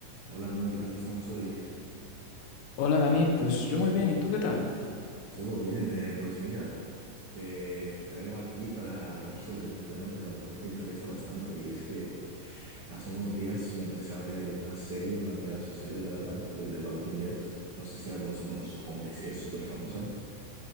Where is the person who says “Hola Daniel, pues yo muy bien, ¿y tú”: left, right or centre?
Left